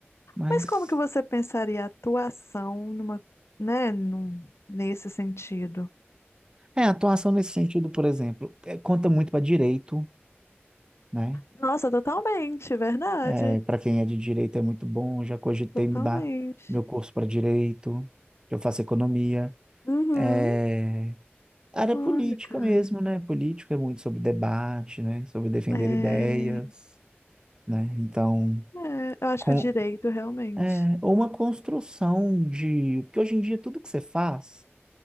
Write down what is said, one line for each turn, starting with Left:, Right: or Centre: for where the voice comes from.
Right: mas
Left: mas como que você pensaria a atuação numa, né, num- nesse sentido?
Right: é, a atuação nesse sentido, por exemplo, é, conta muito para direito, né?
Left: Nossa, totalmente, verdade.
Right: É, para quem é de direito é muito bom, já cogitei
Left: Totalmente.
Right: mudar meu curso para direito, que eu faço economia.
Left: Uhum.
Right: É, área
Left: Olha,
Right: política
Left: cara.
Right: mesmo, né? Política é muito sobre debate, né? Sobre defender
Left: É,
Right: ideias. né? Então,
Left: é, eu acho
Right: com,
Left: que o direito, realmente.
Right: é, ou uma construção de... Porque hoje em dia tudo que você faz,